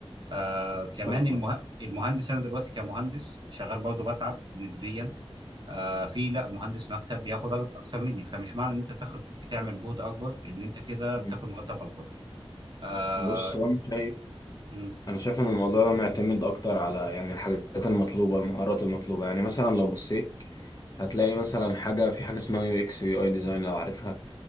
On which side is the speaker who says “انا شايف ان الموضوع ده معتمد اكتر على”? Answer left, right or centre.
Left